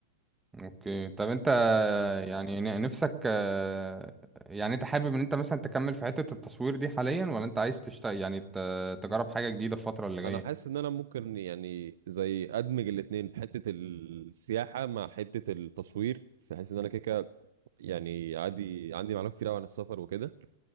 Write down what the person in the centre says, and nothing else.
اوكي طب انت
يعني ن- نفسك آه، يعني انت حابب ان انت مثلا تكمل في حته التصوير دي حاليا ولا انت عايز تشتغل يعني ت- تجرب حاجه جديده في الفتره اللي
جايه